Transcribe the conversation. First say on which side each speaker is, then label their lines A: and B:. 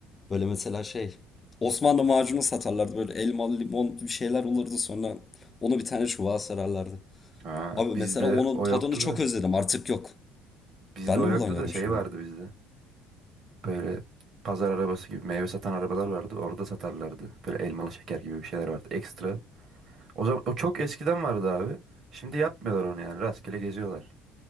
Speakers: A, on the left (about 25°); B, on the right (about 40°).
A: Böyle mesela şey Osmanlı macunu satarlardı. Böyle elmalı limon bir şeyler olurdu sonra onu bir tane çubuğa sararlardı.
B: Aa,
A: Abi
B: bizde
A: mesela onun
B: o
A: tadını
B: yoktu
A: çok
B: da.
A: özledim artık yok.
B: Bizde
A: Ben
B: o
A: de
B: yoktu
A: bulamıyorum
B: da şey
A: şu
B: vardı
A: an.
B: bizde. Böyle pazar arabası gibi meyve satan arabalar vardı. Orada satarlardı. Böyle elmalı şeker gibi bir şeyler vardı ekstra. O zaman o çok eskiden vardı abi. Şimdi yapmıyorlar onu yani. Rastgele geziyorlar.